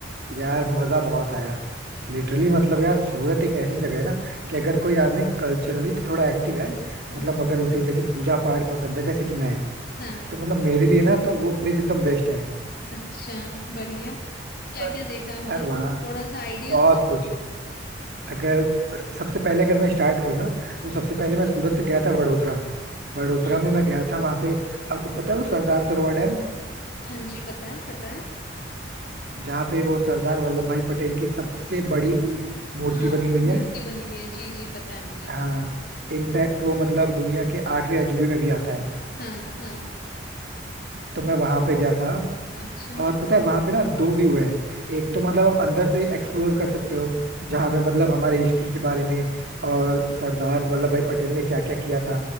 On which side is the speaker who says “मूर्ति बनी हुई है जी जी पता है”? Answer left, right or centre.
Left